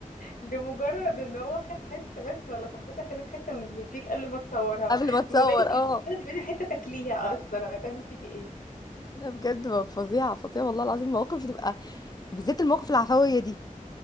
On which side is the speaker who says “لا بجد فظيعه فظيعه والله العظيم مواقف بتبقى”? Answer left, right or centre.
Left